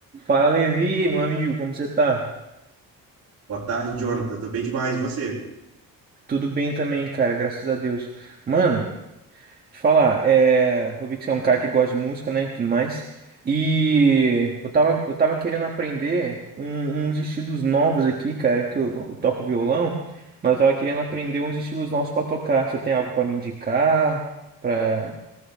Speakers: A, on the right; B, on the right.
A: Fala, Levi, meu amigo, como você tá?
B: Boa tarde, Jonathan. Tô bem demais, e você?
A: Tudo bem também, cara, graças a Deus. Mano, te falar, é... eu vi que você é um cara que gosta de música, né, e tudo mais. E eu tava, eu tava querendo aprender um- uns estilos novos aqui, cara, que eu, eu toco violão, mas eu tava querendo aprender uns estilos novos pra tocar. Você tem algo pra me indicar, pra